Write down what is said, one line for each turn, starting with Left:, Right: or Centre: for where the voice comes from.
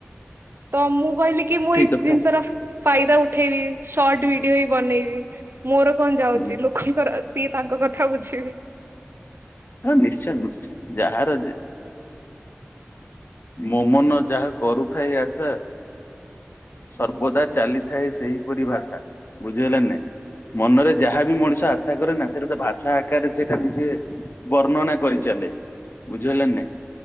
Right: ତ ମୁଁ କହିଲି କି ମୁଁ ଏଇ
Left: କଥା।
Right: ଜିନିଷର ଫାଇଦା ଉଠେଇବି ସର୍ଟ ଭିଡିଓ ହି ବନେଇବି। ମୋର କଣ ଯାଉଛି
Left: ହୁଁ।
Right: ଲୋକଙ୍କର ସିଏ ତାଙ୍କ କଥା ବୁଝିବେ।
Left: ହଁ ନିଶ୍ଚୟ ନିଶ୍ଚୟ ଯାହାର ଯେ ମୋ ମନ ଯାହା କରୁଥାଏ ଆଶା। ସର୍ବଦା ଚାଲିଥାଏ ସେଇପରି ଭାଷା ବୁଝିହେଲା ନା ନାଇଁ ମନରେ। ଯାହା ବିି ମଣିଷ ଆଶା କରେ ନା ସେଇଟା ତା ଭାଷା ଆକାରରେ ସେଇଟା ବି ସେ ବର୍ଣ୍ଣନା କରିଚାଲେ। ବୁଝିହେଲା ନା ନାଇଁ